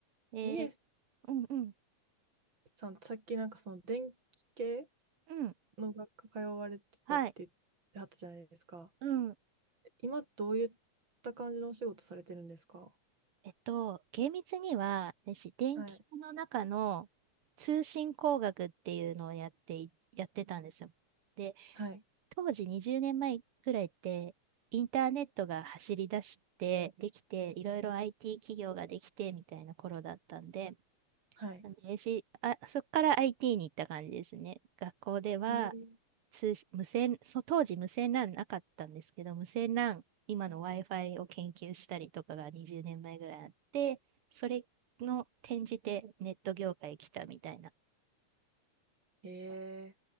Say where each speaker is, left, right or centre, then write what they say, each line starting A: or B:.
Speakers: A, on the right; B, on the right.
A: えー、
B: みえ
A: うんうん。
B: さん、さっきなんかその電気系
A: うん。
B: の学科通われてたって言ってはったじゃないですか。
A: はい。うん
B: 今どういった感じのお仕事されてるんですか
A: えっと、厳密には、私、電気科の中の通信工学っていうのをやってい、
B: はい。
A: やってたんですよ。で、
B: はい。
A: 当時20年前ぐらいって、インターネットが走り出して、できて、いろいろ IT 企業ができてみたいな頃だったんで、
B: はい。
A: なんで私あ、そこから IT に行った感じですね。学校では
B: えー、
A: 通無線、そ当時無線 LAN なかったんですけど、無線 LAN、今の Wi-Fi を研究したりとかが20年前ぐらいあって、それの転じてネット業界来たみたいな。
B: え